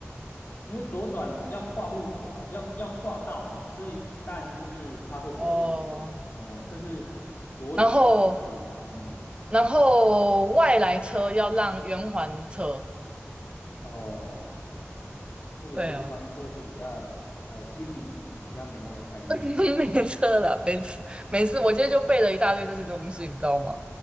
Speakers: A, on the left (about 45°); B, on the right (about 20°).
A: 因为左转要跨路口啊，要要跨道嘛，所以当然就是它会比较优先呐，
B: 哦，
A: 哎呀，这是逻辑上推理的，
B: 然后
A: 嗯，
B: 然后外来车要让圆环车，
A: 哦，这个圆环车就比较呃新名词，
B: 对啊，
A: 比较没那个概念，
B: <laughs> 没车了，没事没事，我今天就背了一大堆这些东西，你知道吗？